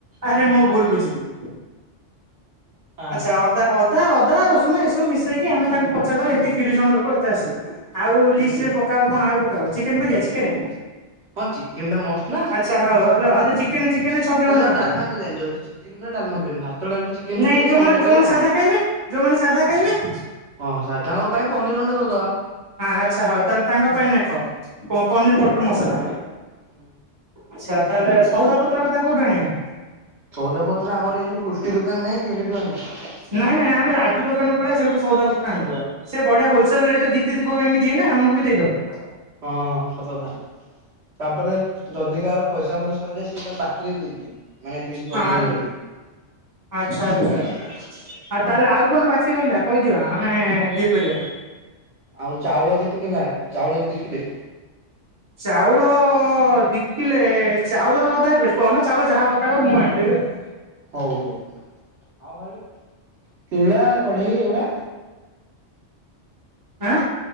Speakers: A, on the right (about 15°); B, on the right (about 65°).
A: ଆରେ ମୁଁ ଭୁଲ ବୁଝିଲି।
B: ହଁ
A: ଆଚ୍ଛା ଅଦା ଅଦା ଅଦା ରସୁଣ ଏସବୁ ମିଶେଇକି ଆମେ ତାଙ୍କୁ ପଚାରିଦବା
B: ହୁଁ
A: ଏତିକି ତିରିଶ ଜଣ ଲୋକଏ ତ ଆସିବ ଆଉ
B: ହୁଁ
A: ଲିସ୍ଟେ ରେ ପକାଅ କଣ ଆଉ ପକାଅ ଚିକେନ କରିିଆ ଚିକେନ?
B: ହଁ ଚିକେନ ଟା ମଷ୍ଟ ନା।
A: ଆଛା ହଉ ହଉ ରହ ଚିକେନ ଚିକ କେନ ଛ କିଲୋ
B: ତାହେଲେ
A: ଖଣ୍ଡେ
B: ଆଉ
A: ପକାଅ
B: ଡାଲମା କରିବାନି ଯଦି ଚିକେନ କରିବା ଡାଲମା କରିବାନି ଭାତ ଡାଲି ଚିକେନ
A: ନାଇଁ
B: କରିବା
A: ଯୋଉମାନେ
B: ସାଲାଡ କରିବା
A: ଯୋଉମାନେ
B: ପାମ୍ପଡ।
A: ସାଧା ଖାଇବେ? ଯୋଉମାନେ ସାଧା ଖାଇବେେ,
B: ହଁ ସାଧାରଣଙ୍କ ପାଇଁ ପନ୍ନିର ଖଣ୍ଡେ କରିଦବା।
A: ହା ଆଚ୍ଛା ହଉ ତାହେଲେ ତାଙ୍କ ପାଇଁ ନେଖ ପନିର
B: ହୁଁ
A: ବଟର ମସଲା।
B: ହୁଁ
A: ଆଚ୍ଛା ତାହେଲେ ସଉଦା ପତ୍ର କଥା କୋଉଠୁ ଆଣିଆ?
B: ସଉଦା ପତ୍ର ଆମର ଏ ଯୋଉ ପୃଷ୍ଟି ଦୋକାନ ନାଇ କି ୟୁନିଟ୍ ୱାନରେ
A: ନାଇଁ ନାଇଁ ଆମେ ରାଜୁ ଦୋକାନକୁ ପଳେଆ ସେଇଠୁ ସଉଦାପତ୍ର ଆଣି ଦେବା। ସେ ବଢିଆ ହୋଲେ ସେଲ୍ ଟେ ରେ ଦି ତିନି ଦୀପ କାହିଁକି ଦିଏ ନା ଆମକୁ ବି ଦେଇଦବ।
B: ହଁ ସତକଥା ତାପରେ ଯଦି କାହାର ପଇସା ପତ୍ର ସରିଯାଏ ସେ ତାକୁ ବାକିରେ ଦେଇଦିଏ ମାନେ ଏତେ କିଛି
A: ହଁ
B: ପ୍ରୋବ୍ଲେମ୍ କରେନି।
A: ଆଚ୍ଛା ଆଚ୍ଛା। ଆଉ ତାହେଲେ ଆଉ କଣ ବାକି ରହିଲା କହିଦିଅ ଆମେ-ଏ-ଏ ଇଏ କରିବା।
B: ଆଉ ଚାଉଳ କେତେ କିିଲ ଆଣିଆ, ଚାଉଳ ଦି କିଲେ।
A: ଚାଉଳ-ଅ-ଅ-ଅ ଦି କିଲେ-ଏ-ଏ ଚାଉଳ କଥା ବ୍ୟସ୍ତ ହ ନା ଚାଉଳ ଯାହା ଦରକାର ହବ ମୁଁ ଆଣିଦେବି ହେଲା।
B: ହଉ ହଉ। ଚିଲା ଚଢେଇ ଏଗୁଡା?
A: ଆଁ